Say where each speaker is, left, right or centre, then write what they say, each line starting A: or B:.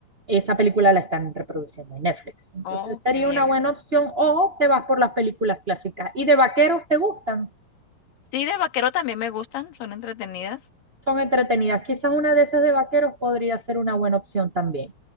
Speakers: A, on the right (about 70°); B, on the left (about 85°).
A: esa película la están reproduciendo en Netflix. Entonces
B: Oh,
A: sería
B: qué bien.
A: una buena opción o te vas por las películas clásicas. ¿Y de vaqueros te gustan?
B: Sí, de vaquero también me gustan, son entretenidas.
A: son entretenidas. Quizás una de esas de vaqueros podría ser una buena opción también,